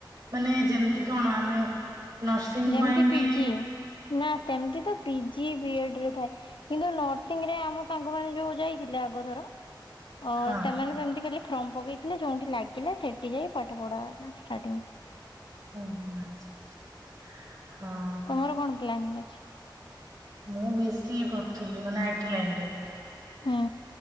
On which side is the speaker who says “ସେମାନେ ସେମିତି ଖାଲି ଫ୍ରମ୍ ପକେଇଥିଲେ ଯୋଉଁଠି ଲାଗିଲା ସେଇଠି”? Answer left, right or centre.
Left